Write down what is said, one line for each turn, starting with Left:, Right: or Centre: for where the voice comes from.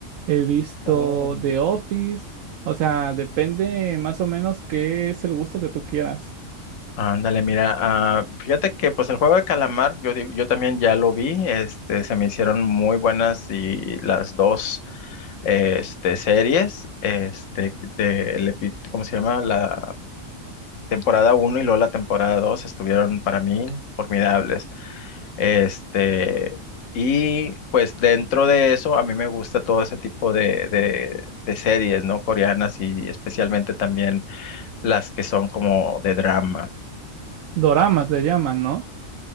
Right: he visto
Left: Oh.
Right: The Office. O sea, depende más o menos qué es el gusto que tú quieras.
Left: Ándale, mira, ah, fíjate que pues el juego de calamar, yo digo, yo también ya lo vi, este, se me hicieron muy buenas y las dos este, series, este, de, el epi- ¿cómo se llama? La temporada uno y luego la temporada 2 estuvieron para mí formidables. Este, y pues dentro de eso, a mí me gusta todo ese tipo de, de, de series, ¿no? Coreanas y especialmente también las que son como de drama.
Right: Doramas le llaman, ¿no?